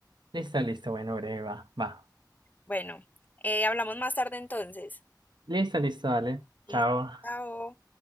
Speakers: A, on the right; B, on the left.
A: Listo, listo. Bueno, breve, va. Va.
B: Bueno, eh, hablamos más tarde entonces.
A: Listo, listo, dale.
B: Listo,
A: Chao.
B: chao.